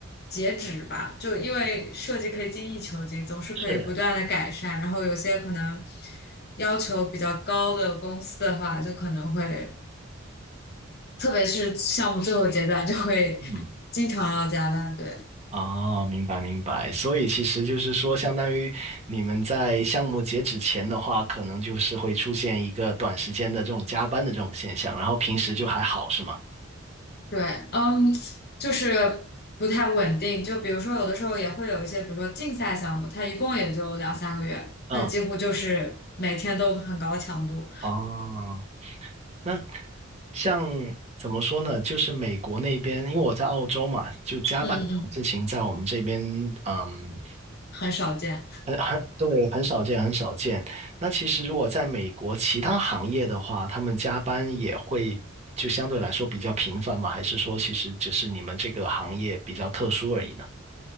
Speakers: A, on the left; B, on the right.
A: 截止吧，就因为设计可以精益求精，总是可以不断的改善，
B: 是，
A: 然后有些可能要求比较高的公司的话，就可能会，特别是项目最后阶段，就会经常要加班，
B: 嗯，
A: 对。
B: 哦，明白明白。所以其实就是说，相当于你们在项目截止前的话，可能就是会出现一个短时间的这种加班的这种现象，然后平时就还好，是吗？
A: 对，嗯，就是不太稳定。就比如说，有的时候也会有一些，比如说竞赛项目，它一共也就两三个月，
B: 嗯，
A: 那几乎就是每天都很高强度。
B: 哦。那像怎么说呢？就是美国那边，因为我在澳洲嘛，就加班这种事情在我们这边，
A: 嗯嗯，嗯，
B: 嗯，
A: 很少见。
B: 很很对，很少见，很少见。那其实如果在美国其他行业的话，他们加班也会就相对来说比较频繁嘛？还是说其实只是你们这个行业比较特殊而已呢？